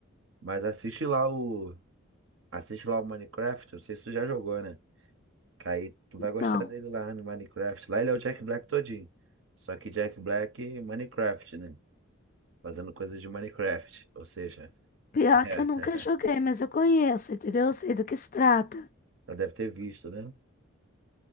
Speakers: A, on the right; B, on the left.
A: Mas assiste lá o. Assiste lá o Minecraft, eu sei se tu já jogou, né? Que aí tu vai gostar
B: Não.
A: dele lá no Minecraft. Lá ele é o Jack Black todinho. Só que Jack Black Minecraft, né? Fazendo coisas de Minecraft. Ou seja,
B: Pior
A: <laughs> é.
B: que eu nunca joguei, mas eu conheço, entendeu? Eu sei do que se trata.
A: Já deve ter visto, né?